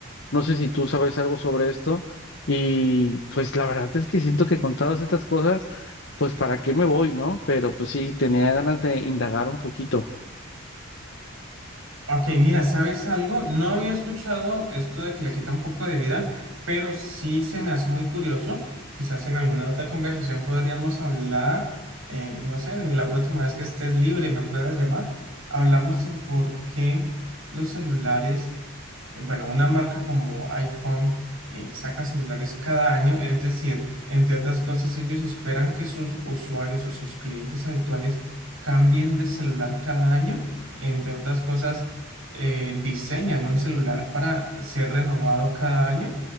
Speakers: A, on the left (about 55°); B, on the right (about 70°).
A: No sé si tú sabes algo sobre esto y pues la verdad es que siento que con todas estas cosas, pues para qué me voy, ¿no? Pero pues sí, tenía ganas de indagar un poquito.
B: Ok, mira, ¿sabes algo? No había escuchado esto de que le quita un poco de vida, pero sí se me hace muy curioso. Quizás en alguna otra conversación podríamos hablar, eh, no sé, la próxima vez que estés libre y me puedas llamar, hablamos el por qué los celulares, eh, bueno, una marca como iPhone eh, saca celulares cada año, es decir, entre otras cosas, ellos esperan que sus usuarios o sus clientes habituales cambien de celular cada año, entre otras cosas eh, diseñan un celular para ser renovado cada año,